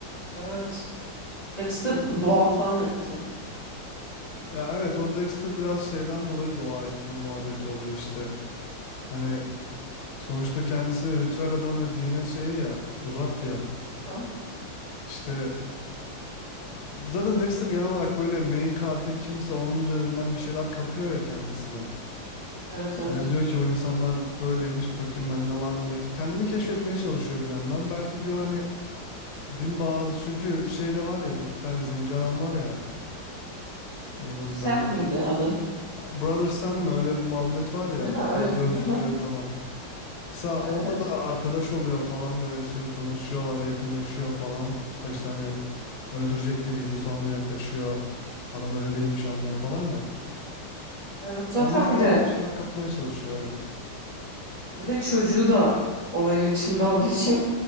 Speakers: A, on the left; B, on the left.
A: Evet. Dexter dua falan etti.
B: Ya evet o Dexter biraz şeyden dolayı dua etme muhabbeti oluyor işte. Hani sonuçta kendisi de ritüel adam ve dine şey ya uzak ya.
A: Ha?
B: İşte Zaten Dexter genel olarak böyle main katil kimse onun üzerinden bir şeyler kapıyor ya kendisine.
A: Evet evet.
B: Hani diyor ki o insanlar böyleymiş bakayım bende var mı diye. Kendini keşfetmeye çalışıyor bir yandan. Belki diyor hani din bağlı çünkü şey de var ya bu bir tane zenci adam var ya yanında
A: Sam
B: bu.
A: miydi adı?
B: Brother Sam mi öyle bir muhabbet var ya
A: Aha,
B: bir tane
A: öyle.
B: gözlüklü
A: Aha.
B: adam. Mesela
A: Evet
B: onunla
A: evet.
B: da arkadaş oluyor falan böyle şey tanışıyorlar yakınlaşıyor falan. Başta hani öldürecek gibiydi sonra yaklaşıyor. Adam öyle değilmiş anlıyor falan ya.
A: Evet zaten
B: Onlardan
A: bir de
B: da bir şeyler kapmaya çalışıyor öyle.
A: bir de çocuğu da olayın içinde olduğu için